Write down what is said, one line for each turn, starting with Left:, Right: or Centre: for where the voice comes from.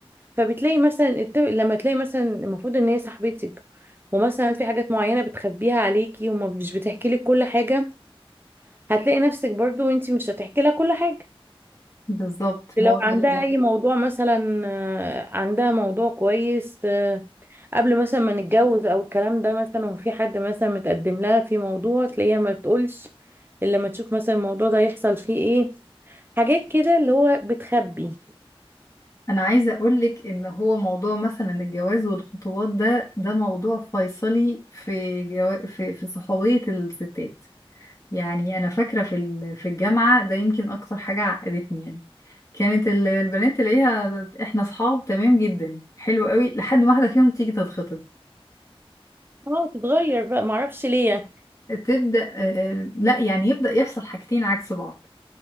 Right: فبتلاقي مثلا الت- لما تلاقي مثلا المفروض ان هي صاحبتك ومثلا في حاجات معينة بتخبيها عليكي ومش بتحكي لك كل حاجة هتلاقي نفسك برضو انتي مش هتحكي لها كل حاجة
Left: بالظبط
Right: لو
Left: هو ده
Right: عندها
Left: اللي
Right: اي موضوع مثلا آه، عندها موضوع كويس آه، قبل مثلا ما نتجوز او الكلام ده مثلا وفي حد مثلا متقدم لها في موضوع تلاقيها ما بتقولش الا لما تشوف مثلا الموضوع ده يحصل فيه ايه حاجات كده اللي هو بتخبي
Left: انا عايزه اقولك ان هو موضوع مثلا الجواز والخطوبات ده ده موضوع فيصلي في جو... في في صحوبيه الستات يعني انا فاكره في ال- في الجامعه ده يمكن اكتر حاجه عقدتني يعني كانت ال- البنات تلاقيها احنا اصحاب تمام جدا حلو قوي لحد ما واحده فيهم تيجي تتخطب
Right: اه تتغير بقى معرفش ليه يعني
Left: تبدا آه، لا يعني يبدا يحصل حاجتين عكس بعض